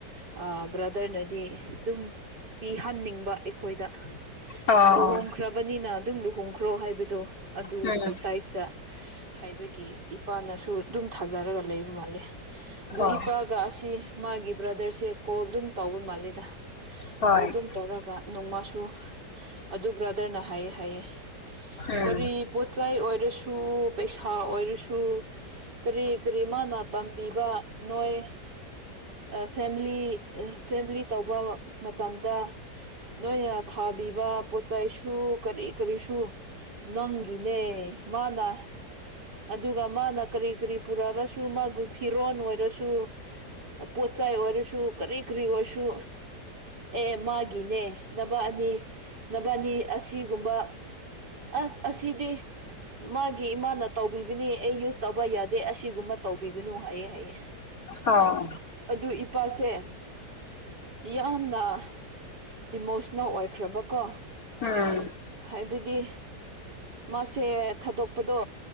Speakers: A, on the right (about 80°); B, on the left (about 55°).
A: ꯑꯥ ꯕ꯭ꯔꯗꯔꯅꯗꯤ ꯑꯗꯨꯝ ꯄꯤꯍꯟꯅꯤꯡꯕ ꯑꯩꯈꯣꯏꯗ꯫
B: ꯑꯣ
A: ꯂꯨꯍꯣꯡꯈ꯭ꯔꯕꯅꯤꯅ ꯑꯗꯨꯝ ꯂꯨꯍꯣꯡꯈ꯭ꯔꯣ ꯍꯥꯏꯕꯗꯣ ꯑꯗꯨꯗꯨꯒꯤ
B: ꯑꯣ ꯑꯣ ꯎꯝ
A: ꯇꯥꯏꯞꯇ꯫ ꯍꯥꯏꯕꯒꯤ ꯏꯄꯥꯅꯁꯨ ꯗꯨꯝ ꯊꯥꯖꯔꯒ ꯂꯩꯕ ꯃꯥꯂꯦ ꯗꯨ
B: ꯍꯣꯏ
A: ꯏꯄꯥꯒ ꯑꯁꯤ ꯃꯥꯒꯤ ꯕ꯭ꯔꯗꯔꯁꯦ ꯀꯣꯜ ꯑꯗꯨꯝ ꯇꯧꯕ ꯃꯥꯜꯂꯦ ꯇ
B: ꯍꯣꯏ
A: ꯀꯣꯜ ꯗꯨꯝ ꯇꯧꯔꯒ ꯅꯣꯡꯃꯁꯨ ꯑꯗꯨ ꯕ꯭ꯔꯗꯔꯅ ꯍꯥꯌꯦ ꯍꯥꯌꯦ
B: ꯎꯝ
A: ꯀꯔꯤ ꯄꯣꯠꯆꯩ ꯑꯣꯢ ꯔꯁꯨ ꯄꯩꯁꯥ ꯑꯣꯏꯔꯁꯨ ꯀꯔꯤ ꯀꯔꯤ ꯃꯥꯅ ꯇꯥꯟꯕꯤꯕ ꯅꯣꯏ ꯑ ꯐꯦꯝꯂꯤ ꯑ ꯐꯦꯝꯂꯤ ꯇꯧꯕ ꯃꯇꯝꯗ ꯅꯣꯏꯅ ꯊꯥꯎ ꯑꯕꯤꯕ ꯄꯣꯠꯆꯥꯏꯁꯨ ꯀꯔꯤ ꯀꯔꯤꯁꯨ ꯅꯪꯒꯤꯅꯦ ꯃꯥꯅꯥ ꯑꯗꯨꯒ ꯃꯥꯅ ꯀꯔꯤ ꯀꯔꯤ ꯄꯨꯔꯑꯁꯨ ꯃꯥꯒꯨꯢ ꯐꯤꯔꯣꯟ ꯑꯣꯏꯔꯁꯨ ꯄꯣꯠꯆꯥꯏ ꯑꯣꯏꯔꯁꯨ ꯀꯔꯤ ꯀꯔꯤ ꯑꯣꯏꯁꯨ ꯑꯦ ꯃꯥꯒꯤꯅꯦ ꯅꯕ ꯑꯅꯤ ꯑꯦ ꯅꯕꯥꯅꯤ ꯑꯁꯤꯒꯨꯝꯕ ꯑꯁ ꯑꯁꯤꯗꯤ ꯃꯥꯒꯤ ꯏꯃꯥꯅ ꯇꯧꯕꯤꯕꯅꯦ ꯑꯩ ꯌꯨꯁ ꯇꯧꯕ ꯌꯥꯗꯦ ꯑꯁꯤꯒꯨꯝꯕ ꯇꯧꯕꯤꯒꯅꯨ ꯍꯥꯏꯌꯦ ꯍꯥꯌꯦ꯫
B: ꯑ
A: ꯗꯨ ꯏꯄꯥꯁꯦ ꯌꯥꯝꯅ ꯑꯥ ꯏꯃꯣꯁꯅꯦꯜ ꯑꯣꯏꯈ꯭ꯔꯕꯀꯣ
B: ꯎꯝ
A: ꯍꯥꯏꯕꯗꯤ ꯃꯥꯁꯦ ꯊꯥꯗꯣꯛꯄꯗꯣ